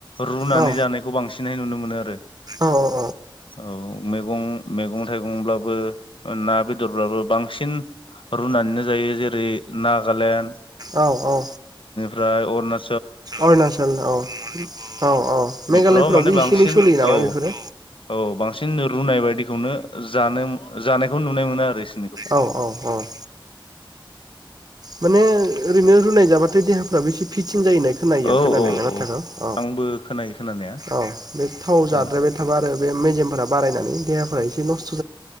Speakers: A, on the left; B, on the right.
A: रुनानै
B: औ
A: जानायखौ बांसिनहाय नुनो मो नो आरो
B: औ औ
A: औ। मैगं मैगं थाइगंब्लाबो ना बेदरब्लाबो बांसिन रुनानैनो जायो। जेरै ना गालण्ड
B: औ औ
A: ओफ्राय अरुणा
B: अरुणाचल औ औ औ
A: बेफोराव
B: मेघालयफोरावबो
A: माने
B: एसे
A: बांसिन
B: एनै सोलियो नामा
A: औ
B: बेफोरो
A: औ बांसिन रुनाय बायदिखौनो जानोम जानायखौ नुनो मोनो आरो इसि
B: औ औ औ माने ओरैनो रुनाय जाबाथाय देहाफ्राबो एसे फिथिं जायो होनाय खोनायो
A: औ
B: आं खोनानायालाय
A: औ
B: बाथाखौ औ
A: आंबो खोनायो खोनानाया
B: औ बे थाव जाद्रायबाय
A: ओ
B: थाबा आरो बे मेजेमफोरा बारायनानै देहाफोरा एसे नस <inaudible>